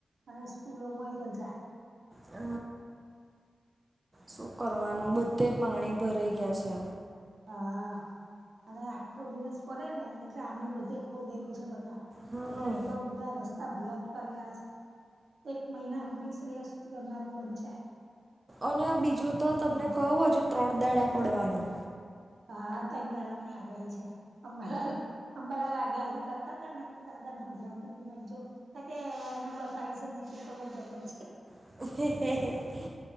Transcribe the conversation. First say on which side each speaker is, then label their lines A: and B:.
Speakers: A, on the right (about 75°); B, on the right (about 30°).
A: અને સ્કૂલોમાંય રજા
B: હ શું કરવાનું બધે પાણી ભરાઈ ગયા છે.
A: હા અને આખો દિવસ પડે ને એટલે આમે બધે ખોદેલું છે બધ
B: હમ
A: એટ કઈ તો બધા રસ્તા બ્લોક કરેલા છે એક મહિના સુધી શ્રેયસ કરનારું બન છે.
B: અને બીજું તો તમને
A: થાય
B: કઉું હજુ ત્રણ દડા પડવાનું
A: હા ત દળા ની આગાહી છે અંબાલાલ અંબાલા લાગ્યા હ કરતા તને દાદાનેભરાતી ત મજજો ત કે મેં બતાઈ છે નની કે તો બહ જઘરો છે
B: હ